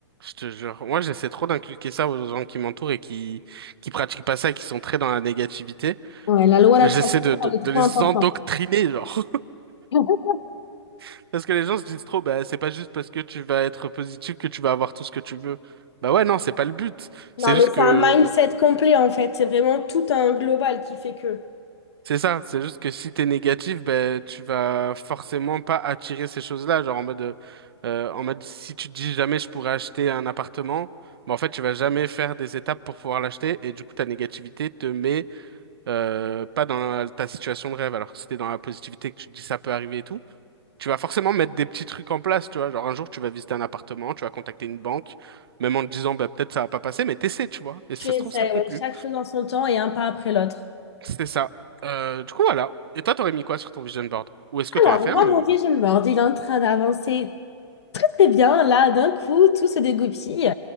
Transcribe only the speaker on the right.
je te jure, moi j'essaie trop d'inculquer ça aux gens qui m'entourent et qui qui pratiquent pas ça et qui sont très dans la négativité.
J'essaie de, de
de
les
endoctriner genre
<laughs> parce que les gens se disent trop bah c'est pas juste parce que tu vas être positif que tu vas avoir tout ce que tu veux. Bah ouais non c'est pas le but. C'est
juste
que
C'est ça, c'est juste que si t'es négatif, ben tu vas forcément pas attirer ces choses-là, genre en mode euh, euh, en mode si tu te dis jamais je pourrais acheter un appartement, ben en fait tu vas jamais faire des étapes pour pouvoir l'acheter et du coup ta négativité te met euh, pas dans ta situation de rêve. Alors que si t'es dans la positivité que tu te dis ça peut arriver et tout, tu vas forcément mettre des petits trucs en place, tu vois. Genre un jour tu vas visiter un appartement, tu vas contacter une banque, même en te disant bah peut-être ça va pas passer, mais t'essaies, tu vois. Et si
ça
se trouve ça conclut.
C'est ça. Euh, du coup, voilà. Et toi, t'aurais mis quoi sur ton vision board? Ou est-ce que t'en
as fait
un même?